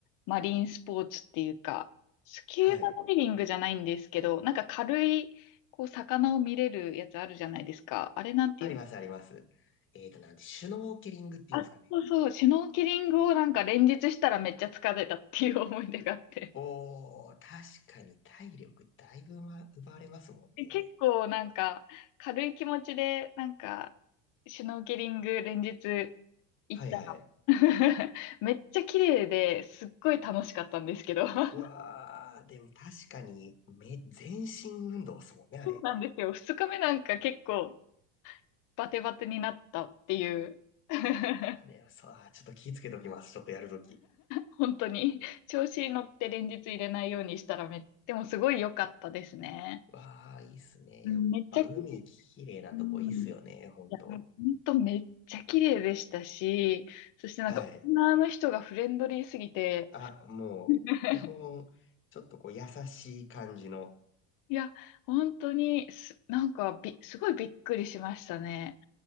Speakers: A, on the left; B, on the left.
A: マリンスポーツっていうか、スキューバダイビングじゃないんですけど、
B: はい。
A: なんか軽い、こう、魚を見れるやつあるじゃないですか。あれなんていうの
B: あります、あります。えーと、なんて、シュノーケリングっていうんですかね。
A: あ、そうそう、シュノーケリングをなんか連日したらめっちゃ疲れたっていう思い出があって。
B: おー、確かに体力だいぶ、ま、奪われますもんね。
A: で結構なんか軽い気持ちでなんかシュノーケリング連日行った。
B: はい、はい。
A: <laughs> めっちゃ綺麗ですっごい楽しかったんですけど <laughs>。
B: うわー、でも確かに、め、全身運動っすもんね、あれ。
A: そうなんですよ。二日目なんか結構バテバテになったっていう <laughs>。
B: あー、でも、そう、あーちょっと気ぃつけときます。ちょっとやるとき。
A: 本当に調子に乗って連日入れないようにしたらめ、でもすごい良かったですね。
B: わあ、いいっすね。
A: うん、
B: やっぱ海きれいなとこいいっすよね、
A: めっちゃ綺麗、うん
B: 本当。
A: いや、ほんとめっちゃ綺麗でしたし、そしてなんか、
B: はい。
A: オの人がフレンドリーすぎて、
B: あ、もう、
A: <laughs>
B: 基本、ちょっとこう優しい感じの、
A: いや、本当にす、なんかび、すごいびっくりしましたね。